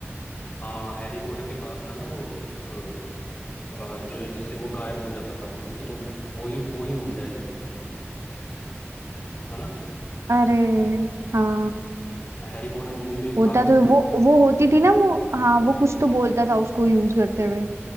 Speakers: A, on the left; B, on the right.
A: हाँ हैरी पॉटर के पास था ना वो एक, अ, जो जिससे वो गायब हो जाता था मेरे को तो वो ही वो ही मिल जाए है ना
B: अरे हाँ
A: हैरी पॉटर मूवी में
B: होता
A: था ना वो
B: तो वो
A: यार
B: वो होती थी ना वो हाँ वो कुछ तो बोलता था उसको यूज करते हुए